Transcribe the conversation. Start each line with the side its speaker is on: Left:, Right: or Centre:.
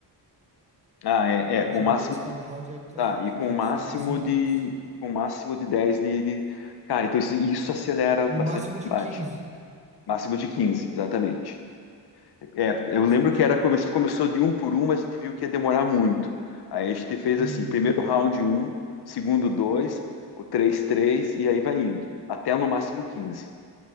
Left: Ah, é,
Right: A partir
Left: é, com o máximo
Right: do 10 cada round entra
Left: Tá,
Right: dez
Left: e com
Right: Isso,
Left: o máximo
Right: o máximo
Left: de,
Right: é dez
Left: com o máximo de 10 de, de- Cara, então isso, isso acelera bastante
Right: E o máximo de
Left: o combate.
Right: quinze
Left: Máximo de 15 exatamente. É,
Right: Máximo
Left: eu lembro
Right: de
Left: que
Right: quinze
Left: era como a gente começou de um por um, mas a gente viu que ia demorar muito. Aí a gente fez
Right: Sim.
Left: assim, primeiro round um segundo dois o 3 3 e aí vai indo, até no máximo quinze